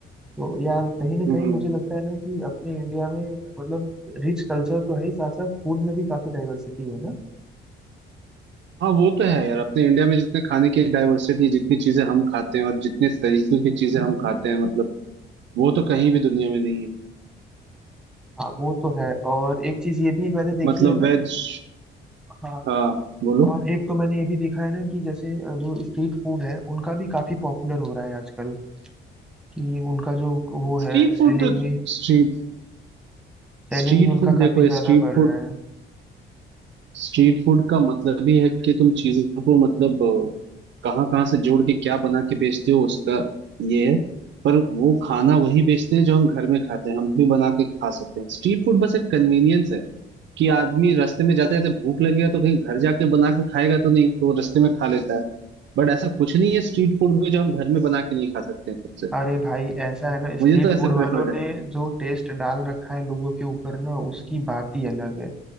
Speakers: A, in the centre; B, on the right.
A: तो यार कहीं ना
B: हम्म।
A: कहीं मुझे लगता है ना कि अपने इंडिया में मतलब रिच कल्चर तो है ही साथ साथ फूड में भी काफी डाइवर्सिटी है ना
B: हाँ वो तो है यार अपने इंडिया में जितने खाने की डाइवर्सिटी जितनी चीजें हम खाते हैं और जितने तरीके की चीजें हम खाते हैं मतलब वो तो कहीं भी दुनिया में नहीं है
A: हाँ वो तो है और एक चीज ये भी मैंने देखी
B: मतलब
A: है ना
B: वेज
A: हाँ
B: हाँ बोलो
A: और एक तो मैंने ये भी देखा है ना कि जैसे अ, जो स्ट्रीट फूड है उनका भी काफी पॉपुलर हो रहा है आजकल कि उनका जो वो है
B: स्ट्रीट फूड
A: सेलिंग
B: तो
A: भी
B: स्ट्रीट
A: सेलिंग
B: स्ट्रीट
A: भी उनका
B: फूड देखो
A: काफी ज्यादा
B: स्ट्रीट
A: बढ़
B: फूड
A: रहा है
B: स्ट्रीट फूड का मतलब ही है कि तुम चीजों को मतलब कहाँ कहाँ से जोड़ के क्या बना के बेचते हो उसका ये है पर वो खाना वही बेचते हैं जो हम घर में खाते हैं हम भी बना के खा सकते हैं स्ट्रीट फूड बस एक कन्वीनियंस है कि आदमी रास्ते में जाते जाते भूख लगेगा तो कहीं घर जाके बना के खाएगा तो नहीं तो वो रास्ते में खा लेता है बट ऐसा कुछ नहीं है स्ट्रीट फूड में जो हम घर में बना के नहीं खा सकते हैं खुद से
A: अरे भाई ऐसा है ना
B: मुझे
A: स्ट्रीट
B: तो ऐसे
A: फूड वालों
B: प्रेफर्ड है
A: ने जो टेस्ट डाल रखा है लोगों के ऊपर ना उसकी बात ही अलग है